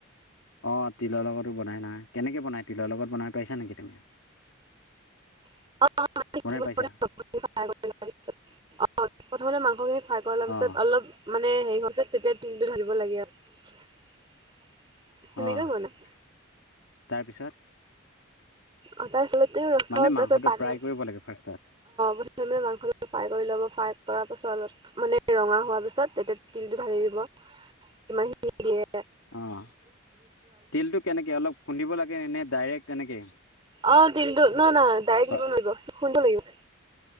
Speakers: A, on the left; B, on the right.
A: অ', তিলৰ লগতো বনাই নহয়, কেনেকে বনাই তিলৰ লগত বনাই পাইছা নেকি তুমি?
B: <unintelligible> অ',
A: বনাই
B: প্ৰথমতে
A: পাইছা
B: মাংসখিনি <unintelligible> কৰাৰ পিছত অলপ মানে হেৰি
A: অঁ
B: হোৱা পাছত তেতিয়া তিলটো ঢাকিব লাগে আৰু। সেনেকে
A: অ',
B: বনাই
A: তাৰপিছত?
B: অ', তাৰপিছত উম, <unintelligible>
A: মানে
B: তাপাছত
A: মাংসটো
B: পানী
A: ফ্ৰাই
B: অ',
A: কৰিব লাগে ফাৰ্ষ্টত
B: প্ৰথমে মাংসটো ফ্ৰাই কৰি ল'ব। ফ্ৰাই কৰা পাছত অলপ মানে ৰঙা হোৱা পিছত তেতিয়া তিলটো ঢালি দিব। ইমানখিনিয়ে।
A: অ', তিলতটো কেনেকে অলপ খুন্দিব লাগে নে ডাইৰেক্ট? তেনেকৈ
B: অ', তিলটো ন নহয় ডাইৰেক্ট
A: হয়
B: দিব নোৱাৰিব খুন্দিব লাগিব।